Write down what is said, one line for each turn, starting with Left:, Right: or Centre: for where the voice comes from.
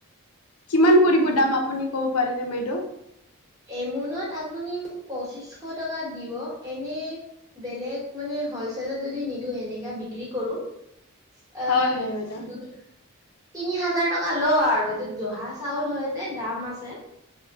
Left: কিমান
Right: অ'।
Left: পৰিব দাম আপুনি ক'ব পাৰেনে বাইদেউ?
Right: এমোনত আপুনি মোক পঁচিশশ টকা দিব। এনে বেলেগ মানে হ'লচেলত যদি নিদিওঁ এনেকা বিক্ৰী কৰো। আ,
Left: হয় হয় বাইদেউ
Right: দু তিনি হাজাৰ টকা ল' আৰু এটোত জহা চাউল হয় যে দাম আছে।